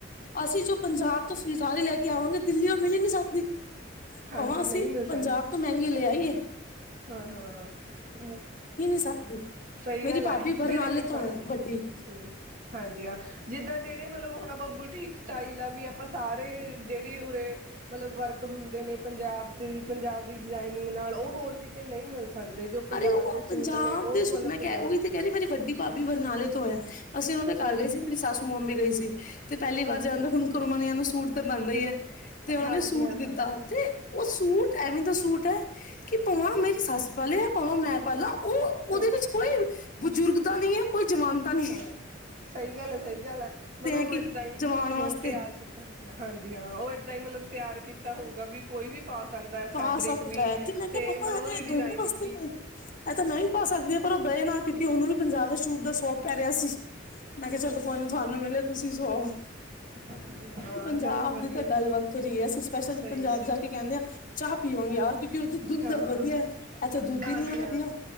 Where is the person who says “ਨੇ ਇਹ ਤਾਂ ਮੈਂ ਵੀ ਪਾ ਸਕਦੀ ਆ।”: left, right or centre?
Left